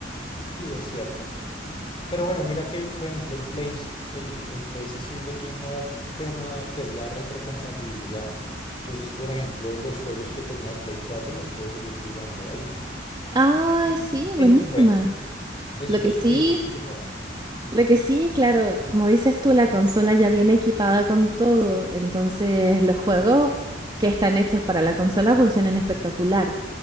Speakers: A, on the left (about 25°); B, on the right (about 25°).
A: Sí, es cierto. Pero bueno, mira que, por ejemplo, el Play, el, el ps cinco tiene un tema que es la retrocompatibilidad. Entonces, por ejemplo, los juegos que tenía de Play 4 los puedo seguir jugando ahí.
B: Ay,
A: Eh,
B: sí, buenísima.
A: Eso es bueno. Eso,
B: Lo que
A: es-
B: sí,
A: eso sí es bueno.
B: lo que sí, claro, como dices tú, la consola ya viene equipada con todo, entonces los juegos que están hechos para la consola funcionan espectacular.